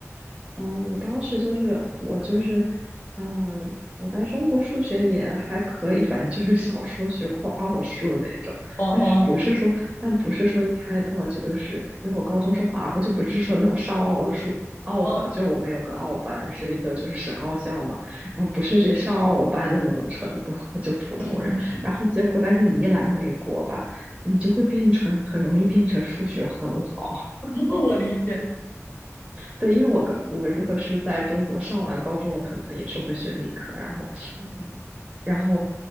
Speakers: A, on the right; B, on the left.
A: 嗯，我当时就是我就是，嗯、我在中国数学也还可以，反正就是小时候学过奥数那种，
B: 哦哦
A: 但是不是说，但不是说厉害到就是，因为我高中是华附，就不是说那种上奥数奥班，
B: 哦，
A: 就是我们有个奥班，是一个就是省奥校嘛，然后不是是上奥班的那种程度，就普通人，
B: 嗯嗯，
A: 然后结果但是你一来美国吧，你就会变成很容易变成数学很好。
B: <laughs> 我理解，
A: 对，因为我高我如果是在中国上完高中，我可能也是会选理科，然后
B: 嗯。
A: 然后